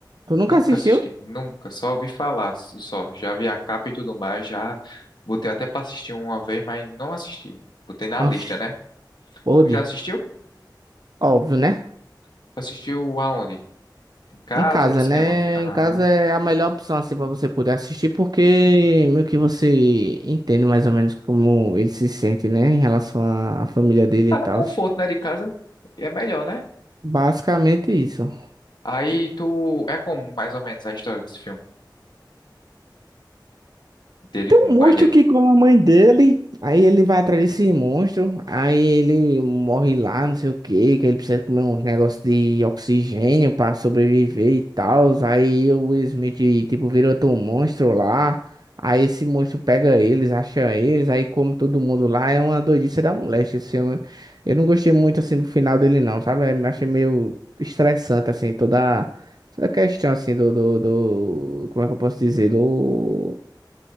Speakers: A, on the right (about 55°); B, on the left (about 65°).
A: Tu nunca
B: Nunca
A: assistiu?
B: assisti, nunca. Só ouvi falar, só. Já vi a capa e tudo mais. Já botei até pra assistir uma vez, mas não assisti. Botei na lista,
A: Oxi,
B: né?
A: pode.
B: Tu Já assistiu?
A: Óbvio, né?
B: Tu Assistiu aonde? Em casa
A: Em casa,
B: ou no cinema?
A: né?
B: Aham.
A: Em casa é a melhor opção, assim, pra você poder assistir, porque meio que você entende mais ou menos como ele se sente, né? Em relação à à família dele
B: Tá
A: e tal.
B: no conforto, né? De casa. É melhor, né?
A: Basicamente isso.
B: Aí tu. É como mais ou menos a história desse filme? Dele
A: Tem
B: com o
A: um
B: pai
A: monstro
B: dele.
A: que come a mãe dele. Aí ele vai atrás desse monstro. Aí ele morre lá, não sei o que Que ele precisa comer uns negócios de oxigênio pra sobreviver e tal. Aí o Will Smith, tipo, vira outro monstro lá. Aí esse monstro pega eles, acha eles. Aí come todo mundo lá. É uma doidice da moléstia esse filme. Eu não gostei muito, assim, do final dele, não, sabe? Eu achei meio estressante, assim, toda... Toda a questão, assim, do, do... do- Como é que eu posso dizer? Do...